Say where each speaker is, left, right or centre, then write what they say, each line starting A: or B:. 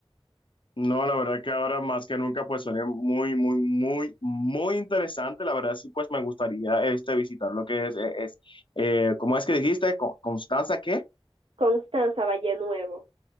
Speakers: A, on the left; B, on the right.
A: No, la verdad que ahora más que nunca pues suena muy, muy, muy, muy interesante. La verdad sí pues me gustaría este visitar lo que es, es, es, eh, ¿cómo es que dijiste? Con- Constanza, ¿qué?
B: Constanza Valle Nuevo.